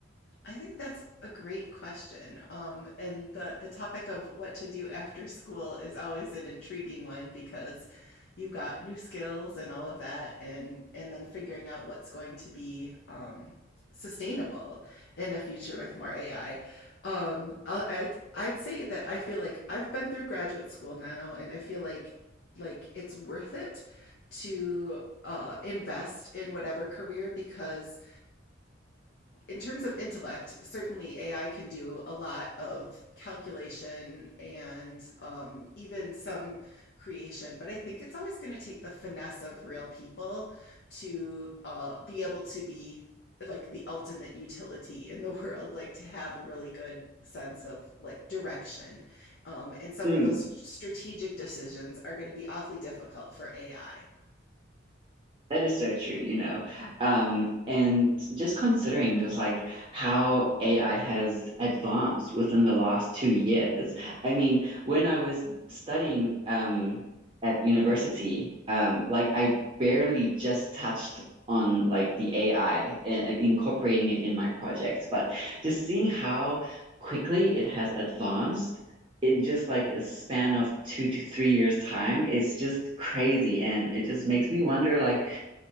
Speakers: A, on the left; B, on the right.
A: I think that's a great question. Um, and the, the topic of what to do after school is always an intriguing one because you've got new skills and all of that, and, and then figuring out what's going to be um, sustainable in a future with more AI. Um, I'll, I'd, I'd say that I feel like I've been through graduate school now, and I feel like like it's worth it to uh, invest in whatever career because in terms of intellect, certainly AI can do a lot of calculation and um, even some creation, but I think it's always going to take the finesse of real people to uh, be able to be like the ultimate utility in the <laughs> world like to have a really good sense of like direction um, and some
B: Mm.
A: of those strategic decisions are going to be awfully difficult for ai
B: That is so true, you know. Um, and just considering just like how AI has advanced within the last two years. I mean, when I was studying um at university, um, like I barely just touched on like the AI and incorporating it in my projects, but just seeing how quickly it has advanced. In just like a span of two to three years' time is just crazy. And it just makes me wonder, like,